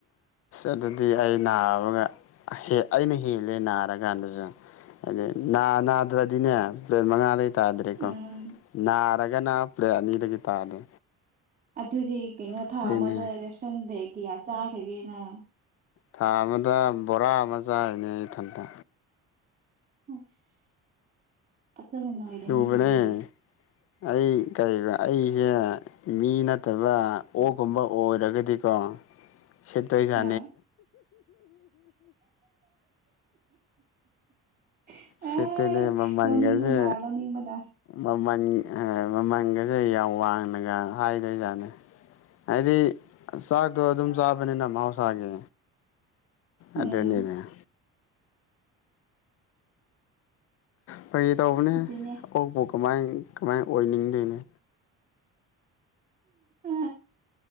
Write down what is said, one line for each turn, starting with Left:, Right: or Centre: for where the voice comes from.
Left: ꯑꯗꯨꯗꯤ ꯑꯩ ꯅꯥꯕꯒ ꯑꯩꯅ ꯍꯦꯜꯂꯦ ꯅꯥꯔꯀꯥꯟꯗꯁꯨ ꯑꯗꯤꯩ ꯅꯥ ꯅꯥꯗ꯭ꯔꯗꯤꯅꯦ ꯄꯦꯠ ꯃꯉꯥ ꯂꯩ ꯇꯥꯗ꯭ꯔꯦꯀꯣ
Right: ꯎꯝ
Left: ꯅꯥꯔꯒꯅ ꯄ꯭ꯂꯦ ꯑꯅꯤꯗꯒꯤ ꯇꯥꯗꯦ
Right: ꯑꯗꯨꯗꯤ ꯀꯩꯅꯣ
Left: ꯑꯗꯨꯏꯅꯦ
Right: ꯊꯥ ꯑꯃꯗ ꯔꯦꯁꯟ ꯕꯦꯒ ꯀꯌꯥ ꯆꯥꯈ꯭ꯔꯒꯦꯅ
Left: ꯊꯥ ꯑꯃꯗ ꯕꯣꯔꯥ ꯑꯃ ꯆꯥꯔꯤꯅꯤ ꯑꯩꯊꯟꯊꯥ
Right: ꯑꯁ ꯐꯖꯅ ꯅꯣꯏꯔꯅꯤꯅꯦ
Left: ꯂꯨꯕꯅꯦ
Right: ꯑꯗꯨꯗꯤ
Left: ꯑꯩ ꯀꯩ ꯑꯩꯁꯦ ꯃꯤ ꯅꯠꯇꯕ ꯑꯣꯛꯒꯨꯝꯕ ꯑꯣꯏꯔꯒꯗꯤꯀꯣ <unintelligible> ꯁꯤ ꯇꯣꯏ ꯆꯦꯁ
Right: ꯍꯣꯏ ꯑꯦ
Left: ꯁꯤꯇꯅꯦ ꯑꯃ ꯃꯥꯡꯒꯦꯁꯦ
Right: ꯂꯧꯅꯤꯡꯕꯅ ꯂꯧꯅꯤꯡꯕꯅ
Left: ꯃꯃꯜ ꯃꯃꯜꯒꯁꯦ ꯌꯥꯝ ꯋꯥꯡꯅꯒ ꯍꯥꯏꯗꯣꯏꯖꯥꯠꯅꯤ ꯍꯥꯏꯗꯤ ꯆꯥꯛꯇꯣ ꯑꯗꯨꯝ ꯆꯥꯕꯅꯤꯅ ꯃꯍꯧꯁꯥꯒꯤ
Right: ꯎꯝ
Left: ꯑꯗꯨꯗ ꯅꯩꯅꯅꯦ ꯐꯩ ꯇꯧꯕꯅꯦ
Right: ꯑꯗꯨꯅꯦ
Left: ꯑꯣꯛ ꯄꯣꯛ ꯀꯃꯥꯏ ꯀꯃꯥꯏ ꯑꯣꯏꯅꯤꯡꯗꯣꯏꯅꯦ
Right: ꯑ